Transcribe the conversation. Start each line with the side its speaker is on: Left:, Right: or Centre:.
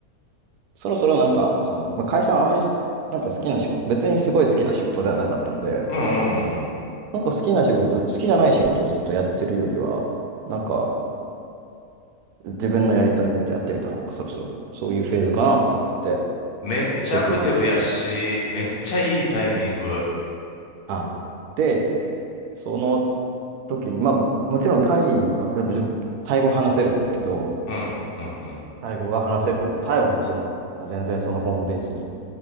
Right: そろそろなんか、その、まあ、会社はあんまりすなんか好きな仕事、別にすごい好きな仕事ではなかったので、
Left: うんうんうんうん。
Right: なんか好きな仕事、好きじゃない仕事をずっとやってるよりは、なんか自分のやりたいことやってみた方がそろそろそういうフェーズかなと思って
Left: めっちゃアクティブやし、
Right: 決断して。
Left: めっちゃいいタイミング。
Right: はい。で、その時に、まあもちろんタイは、もちろんタイ語話せるんですけど、
Left: うん、うん、うん。
Right: タイ語が話せるので、タイはもちろんまあ全然そのホームベースに